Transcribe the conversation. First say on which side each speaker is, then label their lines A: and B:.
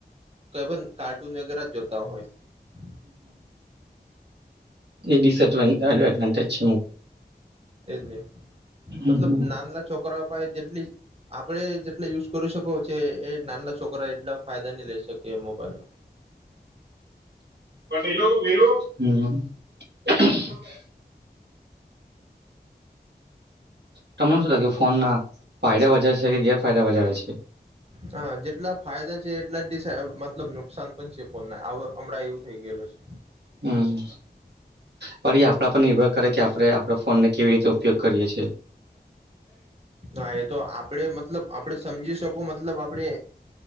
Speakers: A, on the right; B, on the right.
A: કઈ પણ કાર્ટૂન વગેરે જોતા હોય
B: એજ
A: એજ નહી
B: હમ
A: મતલબ
B: હમ
A: નાનલા છોકરા જેટલી આપણે જેટલા યુઝ કરી શકો છે એ નાના છોકરા એટલા ફાયદા નહી લઈ શકી એ મોબાઈલમાં
B: પણ હ તમને શું લાગ્યું ફોન ના ફાયદા વધારે છે કે ગે ફાયદા વધારે છે
A: હા જેટલા ફાયદા છે એટલાિ મતલબ ન સ પન છેે પો નવે હમણાં એવું થઇ ગયેલો છે.
B: હમ પણ એ આપડા પર નિર્ભર કરે કે આપડે આપડા ફોન ને કેવી રીતે ઉપયોગ કરીયે છે.
A: હા એ તો આપડે મતલબ આપડે સમજી શકું મતલબ આપડે